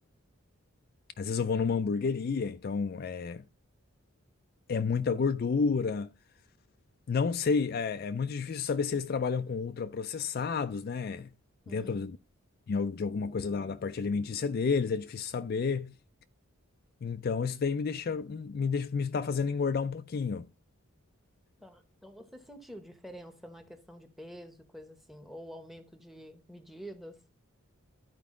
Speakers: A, on the left (about 45°); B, in the centre.
A: Às vezes eu vou numa hamburgueria, então é, é muita gordura. Não sei, é, é muito difícil saber se eles trabalham com ultraprocessados, né? Dentro
B: Uhum,
A: de, em al- de alguma coisa da, da parte alimentícia deles, é difícil saber. Então isso daí me deixa, um- me deixa, me está fazendo engordar um pouquinho.
B: tá. Então você sentiu diferença na questão de peso, e coisa assim, ou aumento de medidas?